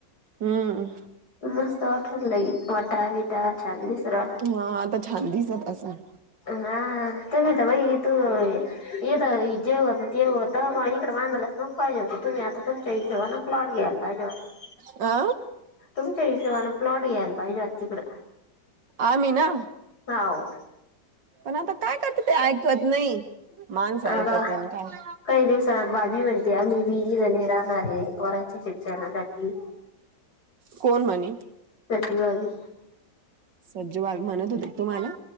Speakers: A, on the right; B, on the left.
A: हम्म
B: मस्त वाटू लागल लय ओटा बिटा छान दिसू राहिला.
A: हा आता छान दिसत असन
B: हा तुम्ही तर बाई तू इथं जे होत ते होत इकडे बांधालाच नको पाहिजे होत तुम्ही आता तुमच्या हिशोबानं प्लॉट घ्यायला पाहिजे होता
A: अ
B: तुमच्या हिशोबानं प्लॉट घ्यायला पाहिजे होता तिकड
A: आम्ही ना
B: हाव
A: पण आता काय करती ते ऐकत नाई माणसं ऐकत
B: आता
A: नाही नं काय
B: काही दिवसात भाभी म्हणते आम्ही बी इद नाही राहणार ये पोरांच्या शिक्षणासाठी
A: कोण म्हणे?
B: <unintelligible> भाभी
A: सज्जू भाभी म्हणत होती तुम्हाला